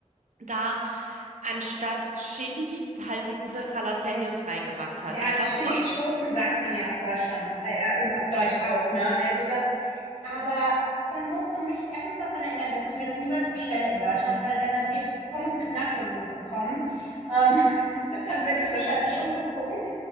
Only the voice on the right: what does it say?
da anstatt Chilis halt diese Jalapenos reingemacht hat.
Ich glaube,
ursprünglich,